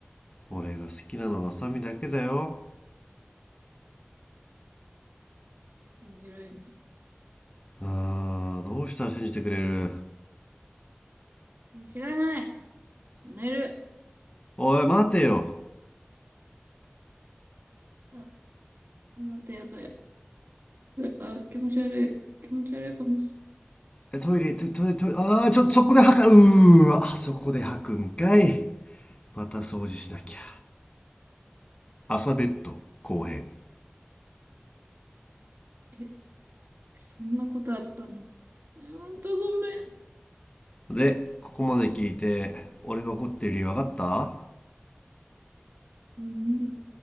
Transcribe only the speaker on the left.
俺が好きなのは麻美だけだよ。
あー、どうしたら信じてくれる
おい、待てよ。
え、トイレ、トイレトイレ、トイレ、あー、ちょっとそこで吐か、うーわ、あそこで吐くんかい。また掃除しなきゃ。朝ベッド後編。
で、ここまで聞いて、俺が怒ってる理由分かった